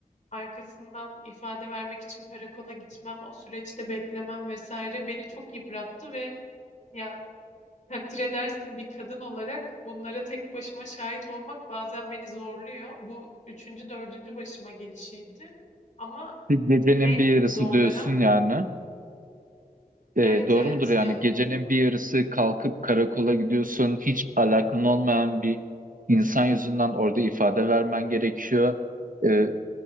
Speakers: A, on the left (about 50°); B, on the right (about 65°).
A: arkasından ifade vermek için karakola gitmem, o süreçte beklemem vesaire beni çok yıprattı ve ya takdir edersin bir kadın olarak bunlara tek başıma şahit olmak bazen beni zorluyor. Bu üçüncü, dördüncü başıma gelişiydi. Ama
B: Bir gecenin
A: en
B: bir yarısı
A: zorlayan,
B: diyorsun yani. E,
A: evet
B: doğru
A: evet
B: mudur yani
A: yani
B: gecenin
A: çok
B: bir yarısı kalkıp karakola gidiyorsun hiç alakan olmayan bir insan yüzünden orada ifade vermen gerekiyor. E,